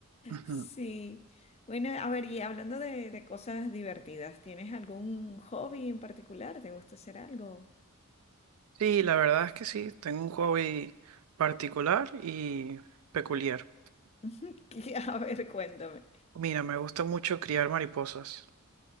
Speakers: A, on the right; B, on the left.
A: Ujú.
B: Sí. Bueno, a ver, y hablando de, de cosas divertidas, ¿tienes algún hobby en particular? ¿Te gusta hacer algo?
A: Sí, la verdad es que sí, tengo un hobby particular y peculiar.
B: <laughs> Que, A ver, cuéntame.
A: Mira, me gusta mucho criar mariposas,